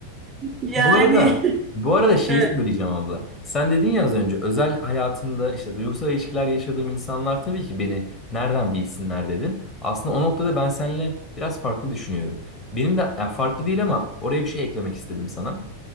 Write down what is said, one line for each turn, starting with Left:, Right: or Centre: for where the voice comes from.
Right: Yani.
Left: Bu arada bu arada şeyi
Right: <laughs> He.
Left: söyleyeceğim abla. Sen dedin ya az önce özel hayatımda işte duygusal ilişkiler yaşadığım insanlar tabii ki beni nereden bilsinler dedin. Aslında o noktada ben seninle biraz farklı düşünüyorum. Benim de yani farklı değil ama oraya bir şey eklemek istedim sana.